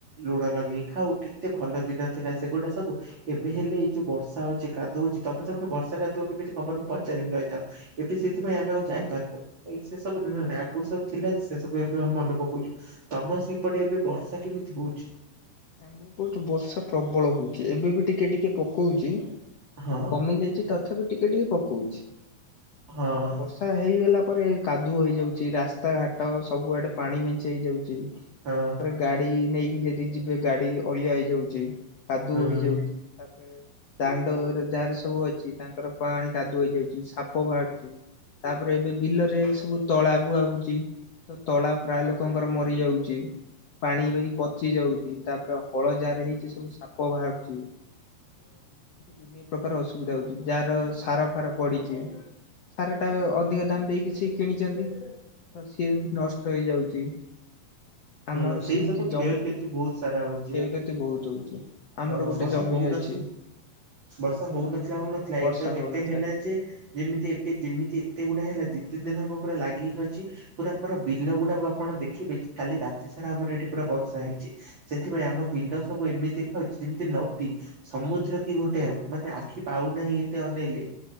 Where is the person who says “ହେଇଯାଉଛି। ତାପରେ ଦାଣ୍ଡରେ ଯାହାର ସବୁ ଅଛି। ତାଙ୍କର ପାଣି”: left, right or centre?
Left